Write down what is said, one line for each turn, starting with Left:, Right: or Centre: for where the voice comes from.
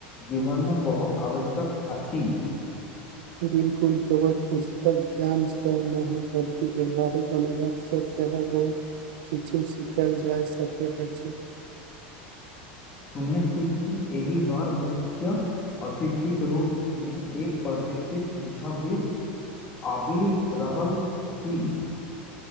Left: जीवन में बहुत आवश्यक अछि।
Right: बिल्कुल, केवल पुस्तक ज्ञान से नहि बल्कि व्यहारिक अनुभव बहुत किछु सिखल जाय। सभके करै छी।
Left: सुनैत छी कि एहि बार मुख्य अतिथिक रूप में एक प्रतिष्ठित शिक्षाविद् आबि रहल छथि।